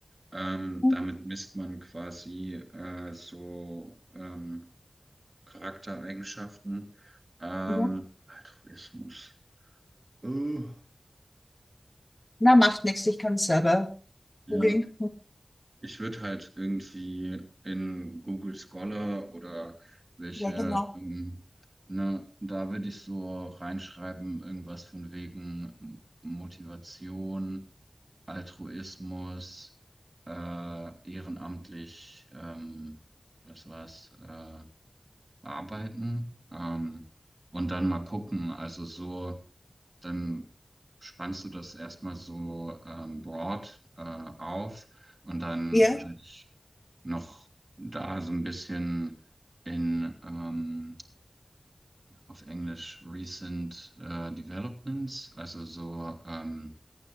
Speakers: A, on the right; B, on the left.
A: Ähm,
B: Mhm,
A: damit misst man quasi äh, so ähm, Charaktereigenschaften. Ähm,
B: Ja.
A: Altruismus. Uh,
B: Na, macht nichts, ich kann es selber
A: ja.
B: googeln.
A: Ich würde halt irgendwie in Google Scholar oder welche,
B: Ja, genau.
A: ähm, ne, da würde ich so reinschreiben, irgendwas von wegen Motivation, Altruismus, äh, ehrenamtlich, ähm, was war's, äh, arbeiten, ähm, und dann mal gucken, also so, dann spannst du das erstmal so ähm, broad äh, auf. Und dann
B: Ja,
A: würde ich noch da so ein bisschen in ähm, auf Englisch Recent äh, Developments, also so ähm,